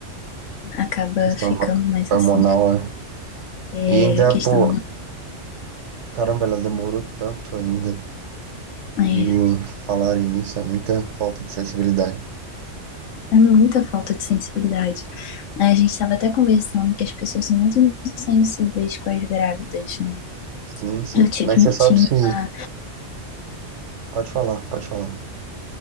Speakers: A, on the left; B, on the right.
A: acaba
B: Questão
A: ficando mais
B: hormonal,
A: assim.
B: né?
A: É,
B: E ainda,
A: a questão
B: pô, caramba, ela demorou tanto ainda.
A: é,
B: E falarem isso é muita falta de sensibilidade.
A: é muita falta de sensibilidade. A gente estava até conversando que as pessoas são muito insensíveis com as grávidas, né?
B: Sim, sim.
A: Eu tive,
B: Mas você sabe
A: tinha
B: se.
A: uma
B: Pode falar, pode falar.